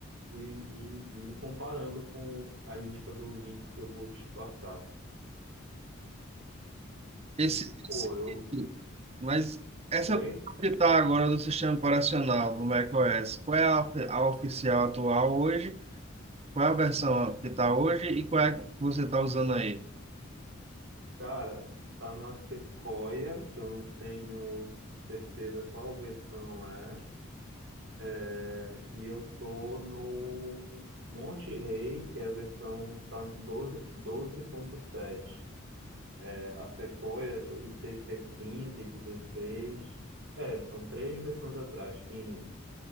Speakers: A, on the right; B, on the right.
A: e, e, e comparando com a lista do link que eu vou te passar.
B: Esse,
A: E, pô,
B: esse-
A: eu.
B: mas essa
A: Oi,
B: versão que está agora do sistema operacional do macOS, qual é a, ofi- a oficial atual hoje? Qual é a versão que está hoje e qual é a que você está usando aí?
A: cara, tá na Sequoia, que eu não tenho certeza qual versão é. É, E eu tô no Monte Rei, que é a versão tá 12, 12.7. É, a Sequoia, eu não sei se é 15, 16. É, são três versões atrás, 15.